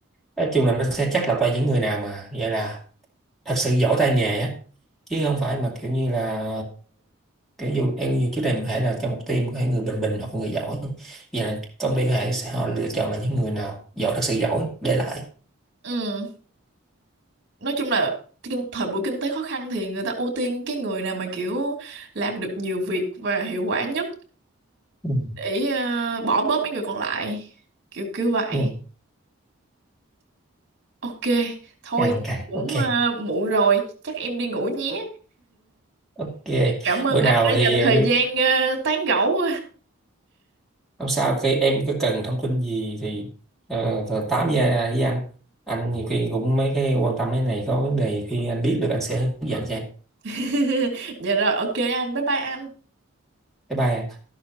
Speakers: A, in the centre; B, on the right (about 50°).
A: nói chung là nó sẽ chắc lọc ra những người nào mà gọi là thật sự giỏi tay nghề á chứ không phải mà kiểu như là kiểu dù em nhiều trước đây mình có thể là trong một team có thể người bình bình hoặc người giỏi vậy là công ty có thể sẽ họ lựa chọn là những người nào giỏi thật sự giỏi để lại
B: ừ. nói chung là kinh- thời buổi kinh tế khó khăn thì người ta ưu tiên cái người nào mà kiểu làm được nhiều việc và hiệu quả nhất
A: ừ.
B: để ờ, bỏ bớt mấy người còn lại kiểu kiểu vậy
A: Ừ.
B: ok thôi
A: càng càng
B: cũng
A: ok
B: ờ, muộn rồi chắc em đi ngủ nhé
A: ok
B: cảm ơn
A: bữa
B: anh
A: nào
B: đã
A: thì
B: dành
A: ờ,
B: thời gian ờ, tán gẫu
A: không sao khi em có cần thông tin gì thì ờ, rồi tám với, với anh anh nhiều khi cũng mấy cái quan tâm mấy này có vấn đề khi anh biết được anh sẽ hướng dẫn cho em
B: <laughs> dạ rồi ok anh bye bye anh
A: bye bye